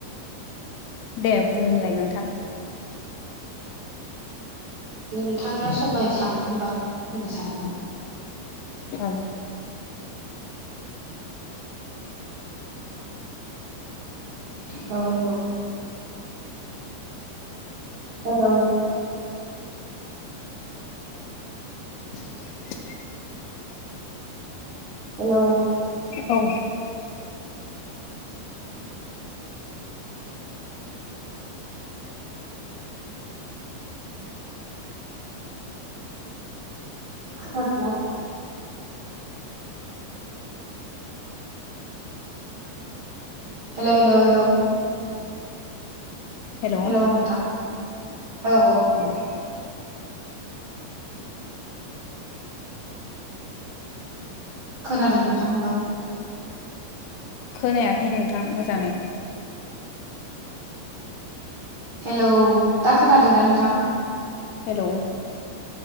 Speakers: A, on the left; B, on the right.
A: दे बुंलाय नोंथां।
B: नोंथाङा सबायाइ साम'नि बाग बुंनो सानो।
A: ओं।
B: हेलौ-हेलौ। हेलौ।
A: <inaudible>
B: हेलौ।
A: औ।
B: खोनादोंना हेल' हेल' हेल'
A: हेल'
B: हेलौ नोंथां औ औ औ खोनादों नोंथां हेलौ।
A: खोनायाखै नोंथां मोजाङै।
B: हेलौ दा खोनादोंना नोंथां?
A: हेलौ।